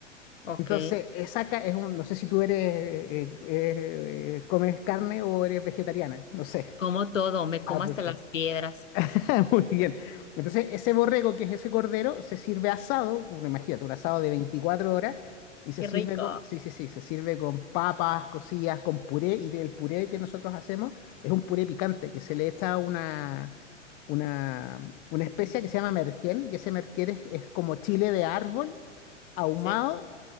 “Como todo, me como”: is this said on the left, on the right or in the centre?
Left